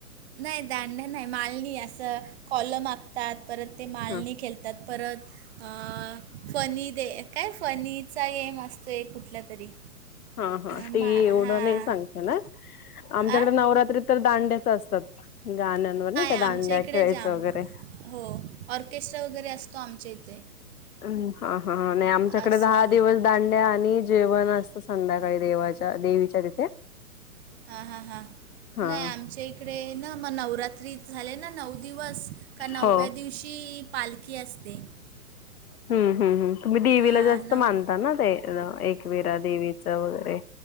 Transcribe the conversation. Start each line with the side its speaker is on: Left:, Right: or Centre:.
Right: नाही दांड्या नाही माळणी असं कॉल माग तात परत ते मालणी
Left: हा
Right: खेळतात. त्या परत अ फनी दे काय फनीचा गेम असत तो एक कुठला तरी.
Left: हा हा
Right: मा
Left: ते एवढं
Right: हां
Left: नाही सांगत ना आमच्याकडे
Right: आ
Left: नवरात्री तर दांड्याच असतात गाण्यांवर नाही
Right: आमच्या
Left: दांड्या
Right: इकडे
Left: खेळायच्या
Right: जाम
Left: वगैरे
Right: हो ऑर्केस्ट्रा वगैरे असतो आमच्या इथ
Left: हम्म हा हा नाही आमच्याकडे
Right: असं
Left: दहा दिवस दांड्या आणि जेवण असत संध्याकाळी देवाच्या देवीच्या तिथे
Right: हां हां हां
Left: हा.
Right: नाही आमच्या इकडे ना मग नवरात्री झाले ना नऊ दिवस. का नवव्या
Left: हो
Right: दिवशी पालखी असते.
Left: हम्म हम् ह तुम्ही देवीला
Right: हां
Left: जास्त
Right: नव
Left: मानता ना ते एकविरा देवीच वगैरे